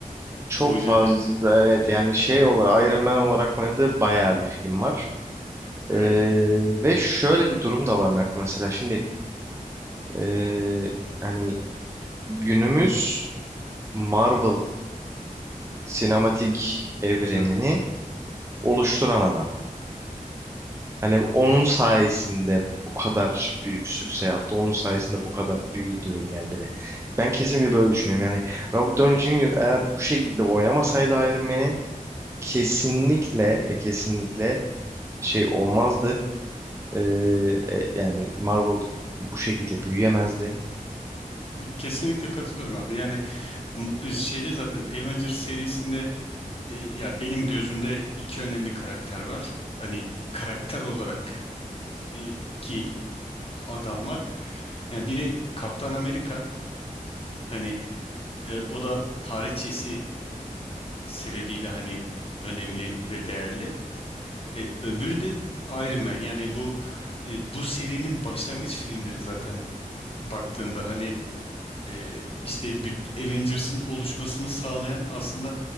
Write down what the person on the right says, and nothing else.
Çok
fazla evet yani şey olarak Iron Man olarak oynadığı bayağı bir film var. Ee,
ve şöyle bir durum da var Mac, mesela şimdi ee, hani günümüz Marvel sinematik evrenini
oluşturan adam. Hani onun sayesinde bu kadar büyük sükse yaptı. Onun sayesinde bu kadar büyüdü ve ilerledi. Ben kesinlikle böyle düşünüyorum. Yani Robert Downey Jr. eğer bu şekilde oynamasaydı Iron Man'i kesinlikle ve kesinlikle şey olmazdı. Ee, e, yani Marvel bu şekilde büyüyemezdi.